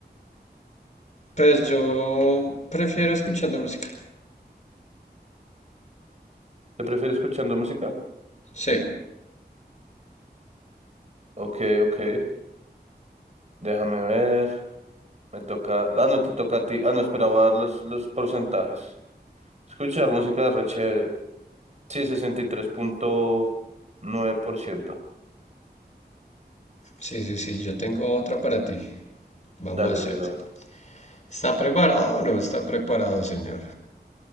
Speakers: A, on the left; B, on the right.
A: Pues yo prefiero escuchando música.
B: ¿Te prefieres escuchando música?
A: Sí,
B: Ok, ok. Déjame ver. Me toca. Ah, no, te toca a ti. Ah, no, esperaba dar los, los porcentajes. Escuchar música es re chévere. Sí, sesenta y tres punto nueve por ciento
A: sí, sí, sí, yo tengo otra para ti. Vamos
B: Dale,
A: a hacerle.
B: mi brother.
A: ¿Está preparado o no está preparado, señor?